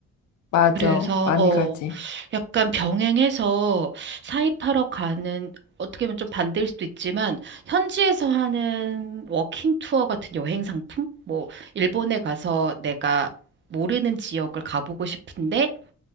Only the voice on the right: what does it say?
그래서,
어,
약간 병행해서 사입하러 가는, 어떻게 보면 좀 반대일 수도 있지만, 현지에서 하는 워킹 투어 같은 여행 상품? 뭐, 일본에 가서 내가 모르는 지역을 가보고 싶은데,